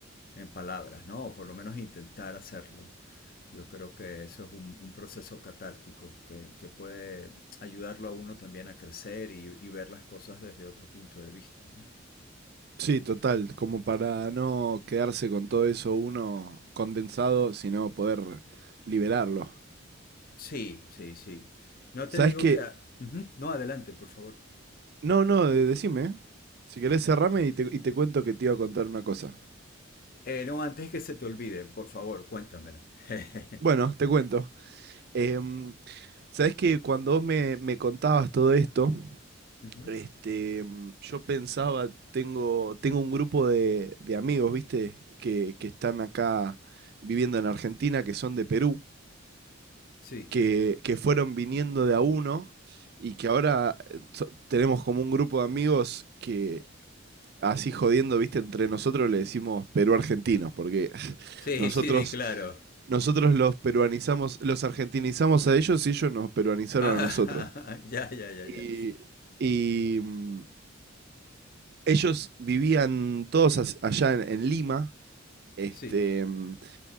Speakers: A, on the left; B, on the right.
A: en palabras, ¿no? O por lo menos intentar hacerlo. Yo creo que eso es un, un proceso catártico que, que puede ayudarlo a uno también a crecer y, y ver las cosas desde otro punto de vista, ¿no?
B: Sí, total, como para no quedarse con todo eso uno condensado, sino poder liberarlo.
A: Sí, sí, sí. No
B: ¿Sabes
A: te digo
B: qué?
A: que... Ujú, No, adelante, por favor.
B: No, no, de- decime. Si querés, cerrame y te, y te cuento que te iba a contar una cosa.
A: Eh, no, antes que se te olvide, por favor, cuéntamela. <laughs>
B: Bueno, te cuento. Em, sabés que cuando vos me, me contabas todo esto,
A: Ujú,
B: este, em, yo pensaba, tengo, tengo un grupo de, de amigos, ¿viste? Que, que están acá viviendo en Argentina, que son de Perú,
A: Sí.
B: que, que fueron viniendo de a uno y que ahora eh, so- tenemos como un grupo de amigos que, así jodiendo, viste, entre nosotros le decimos perú-argentinos, porque <laughs>
A: Sí,
B: nosotros,
A: sí, sí, claro.
B: nosotros los peruanizamos, los argentinizamos a ellos y ellos nos peruanizaron
A: Ah,
B: a nosotros.
A: <laughs> ya, ya, ya,
B: Y,
A: ya.
B: y, mm, ellos vivían todos as- allá en, en Lima, este,
A: Sí.
B: mm,